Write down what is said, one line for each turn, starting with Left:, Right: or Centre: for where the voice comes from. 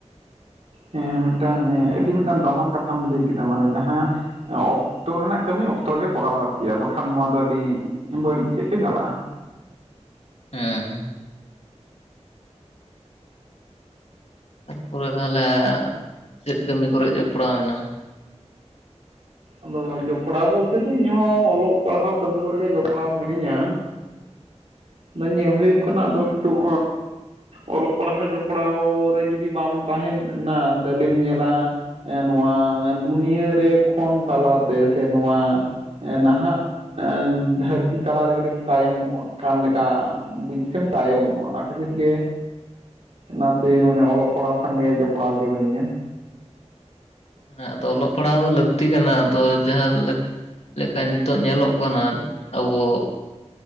Right: ᱦᱮᱸ, ᱢᱤᱫᱴᱟᱝ ᱟᱹᱰᱤ ᱢᱤᱫᱴᱟᱝ ᱫᱟᱢᱟᱱ ᱠᱟᱛᱷᱟᱢ ᱞᱟᱹᱭ ᱠᱮᱫᱟ᱾ ᱢᱟᱱᱮ ᱡᱟᱦᱟᱸ ᱚᱠᱛᱚ ᱨᱮᱱᱟᱜ ᱠᱟᱹᱢᱤ ᱚᱠᱛᱚ ᱨᱮᱜᱮ ᱠᱚᱨᱟᱣ ᱞᱟᱹᱠᱛᱤᱭᱟ ᱵᱟᱠᱷᱟᱱ ᱱᱚᱣᱟ ᱫᱚ ᱟᱹᱰᱤ ᱵᱟᱹᱲᱤᱡ ᱥᱮᱫ ᱜᱮ ᱪᱟᱞᱟᱜᱼᱟ᱾
Left: ᱦᱮᱸ ᱦᱮᱸ, ᱛᱟᱨᱯᱚᱨᱮ ᱛᱟᱦᱚᱞᱮ ᱪᱮᱫ ᱠᱟᱹᱢᱤ ᱠᱚᱨᱮ ᱡᱚᱯᱲᱟᱣ ᱦᱮᱱᱟᱢᱟ?
Right: ᱟᱫᱚ ᱡᱚᱯᱲᱟᱣ ᱵᱚᱞᱛᱮ ᱫᱚ ᱤᱧᱦᱚᱸ ᱚᱞᱚᱜ ᱯᱟᱲᱦᱟᱣ ᱠᱟᱹᱢᱤ ᱠᱚᱨᱮ ᱜᱮ ᱡᱚᱯᱲᱟᱣ ᱢᱤᱱᱟᱹᱧᱟ᱾ ᱟᱫᱚ ᱧᱮᱞ ᱦᱩᱭᱩᱜ ᱠᱟᱱᱟ ᱟᱫᱚ ᱱᱤᱛᱳᱜ ᱚᱞᱚᱜ ᱯᱟᱲᱦᱟᱣ ᱡᱚᱯᱲᱟᱣ ᱨᱮ ᱡᱩᱫᱤ ᱵᱟᱢ ᱛᱟᱦᱮᱱᱟ ᱛᱟᱦᱚᱞᱮᱢ ᱧᱮᱞᱟ? ᱱᱚᱣᱟ ᱫᱩᱱᱭᱟᱹᱨ ᱨᱮ ᱠᱷᱚᱱ ᱛᱟᱞᱟᱛᱮ ᱥᱮ ᱱᱚᱣᱟ, ᱱᱟᱦᱟᱜ ᱫᱷᱟᱹᱨᱛᱤ ᱛᱟᱞᱟᱨᱮ ᱠᱟᱹᱴᱤᱡ ᱮᱢ ᱛᱟᱭᱚᱢᱚᱜ ᱠᱟᱱ ᱞᱮᱠᱟ, ᱠᱟ ᱵᱩᱡ ᱥᱮᱢ ᱛᱟᱭᱚᱢᱚᱜᱼᱟ ᱚᱱᱟ ᱠᱷᱟᱹᱛᱤᱨ ᱜᱮ᱾ ᱱᱟᱥᱮ ᱢᱟᱱᱮ ᱚᱞᱚᱜ ᱯᱟᱲᱦᱟᱣ ᱥᱟᱸᱝᱜᱮ ᱡᱚᱯᱲᱟᱣ ᱜᱮ ᱢᱤᱱᱟᱹᱧᱟ᱾
Left: ᱦᱮᱸ ᱟᱫᱚ ᱚᱞᱚᱜ ᱯᱟᱲᱦᱟᱜ ᱫᱚ ᱞᱟᱹᱠᱛᱤ ᱠᱟᱱᱟ ᱟᱫᱚ ᱡᱟᱦᱟᱸ ᱞᱟᱹᱠ ᱞᱮᱠᱟ ᱱᱤᱛᱚᱜ ᱧᱮᱞᱚᱜ ᱠᱟᱱᱟ ᱟᱵᱚ,